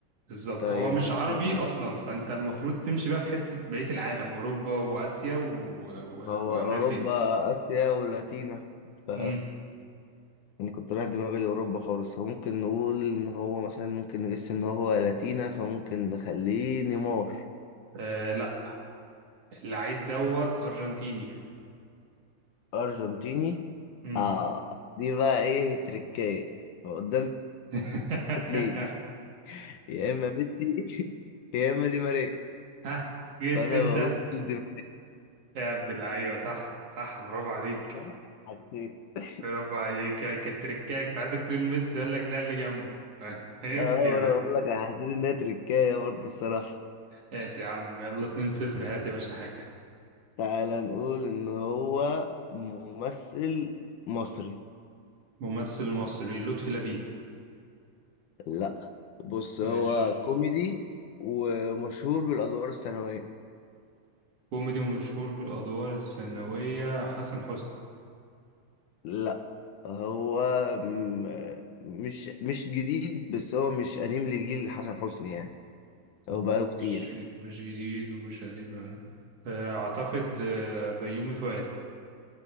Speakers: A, on the right; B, on the left.
A: بالظبط
B: طيب
A: هو مش
B: ممكن
A: عربي اصلا فانت المفروض تمشي بقى في حتة بقية العالم اوروبا واسيا و... و...
B: ما هو
A: وامريكتين
B: أوروبا آسيا ولاتينا ف
A: امم
B: يعني كنت رايح دماغي لأوروبا خالص فممكن نقول إن هو مثلا ممكن نجس إن هو لاتينا فممكن نخليه نيمار
A: آه لا اللعيب دوت ارجنتيني
B: أرجنتيني
A: امم
B: آه دي بقى إيه تركاية فقدامنا
A: <laughs>
B: اتنين يا إما ميسي <laughs> يا إما دي ماريا
A: ها جس
B: فأنا
A: انت
B: بقول دي
A: يا عبد اللعيبة صح صح برافو عليك
B: ماريا حسيت <laughs>
A: برافو عليك يعني كانت تركاية كنت عايزك تقول ميسي يقول لك لا اللي جنبه <laughs> فاهم
B: اه
A: كده
B: انا بقول لك أنا حسيت انها تركايه برضه بصراحه
A: ماشي يا عم يلا 2-0 هات يا باشا حاجة
B: تعالى نقول ان هو ممثل مصري
A: ممثل مصري لطفي لبيب
B: لا بص
A: ماشي
B: هو كوميدي ومشهور بالادوار الثانويه
A: كوميدي ومشهور بالأدوار الثانوية حسن حسني
B: لا هو م- مش مش جديد بس هو مش قديم لجيل حسن حسني يعني هو
A: هو
B: بقاله
A: مش
B: كتير يعني
A: مش جديد ومش قديم آه، أعتقد آه، بيومي فؤاد